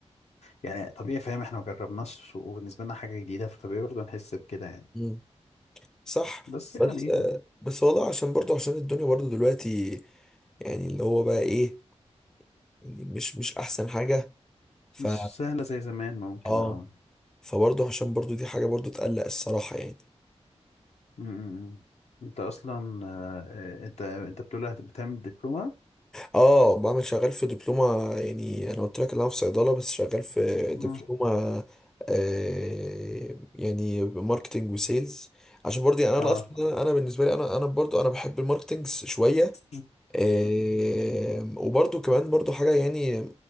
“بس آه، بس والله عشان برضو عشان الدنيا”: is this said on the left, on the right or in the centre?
Centre